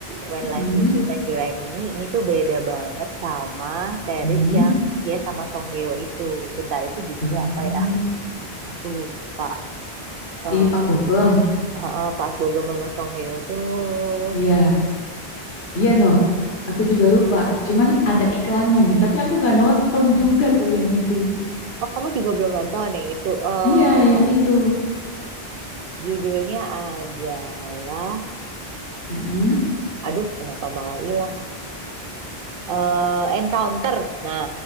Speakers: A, on the right (about 60°); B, on the left (about 80°).
A: When
B: Mm-mm.
A: Life Gives You Tangerine ini, ini tuh beda banget sama series
B: Hmm.
A: yang dia sama Song Heo itu. Bentar, itu judulnya
B: Oh,
A: apa ya? Aku lupa. eh
B: si Pak Bogem.
A: eh, Park Bo Gum sama Song Hye Kyo tuh
B: Iya, iya noh. Aku juga lupa. Cuman ada iklannya nih, tapi aku nggak nonton juga tuh yang itu.
A: oh kamu juga belum nonton ya itu eh
B: Iya, yang itu.
A: judulnya adalah
B: Mm-mm.
A: aduh kenapa malah hilang Eh Encounter nah